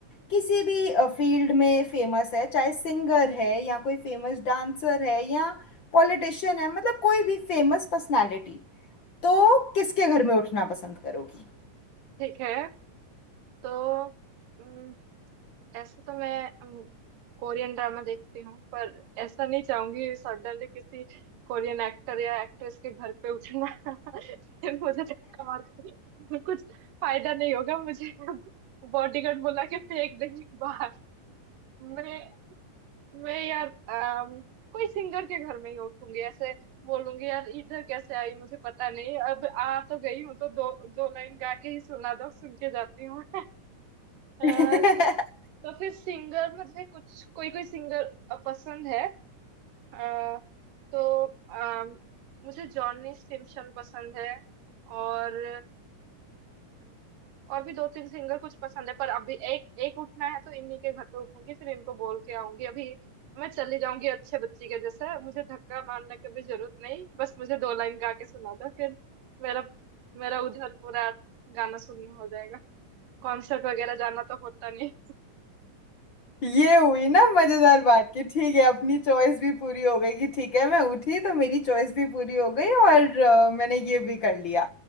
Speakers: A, on the left; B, on the right.
A: किसी भी फील्ड में फेमस है चाहे सिंगर है या कोई फेमस डांसर है या पॉलिटिशियन है मतलब कोई भी फेमस पर्सनालिटी तो किसके घर में उठना पसंद करोगी
B: ठीक है तो हम्म, ऐसे तो मैं हम्म, कोरियन ड्रामा देखती हूँ पर ऐसा नहीं चाहूंगी सडनली किसी कोरियन एक्टर या एक्ट्रेस के घर पे उठना <laughs> फिर मुझे धक्का मार के कुछ फायदा नहीं होगा मुझे बॉडीगार्ड बुला के फेंक देंगे बाहर मैं मैं यार अम, कोई सिंगर के घर में ही उठूंगी ऐसे बोलूंगी यार इधर कैसे आई मुझे पता नहीं अब आ तो गई हूँ तो दो दो लाइन गा के ही सुना दो सुन के जाती हूँ <laughs> अ,
A: <laughs>
B: ठीक तो फिर सिंगर मुझे कुछ कोई कोई सिंगर पसंद है अ, तो अम, मुझे जॉनी स्टिमशन पसंद है और हम्म। और भी दो तीन सिंगर कुछ पसंद है पर अभी एक एक उठना है तो इन्हीं के घर पे उठूंगी फिर इनको बोल के आऊंगी अभी मैं चली जाऊंगी अच्छे बच्ची के जैसे मुझे धक्का मारने की भी जरूरत नहीं बस मुझे दो लाइन गा के सुना दो फिर मेरा मेरा उधर पूरा गाना सुनना हो जाएगा कॉन्सर्ट वगैरह जाना तो होता नहीं
A: ये हुई ना मजेदार बात कि ठीक है अपनी चॉइस भी पूरी हो गई कि ठीक है मैं उठी तो मेरी चॉइस भी पूरी हो गई और अ, मैंने ये भी कर लिया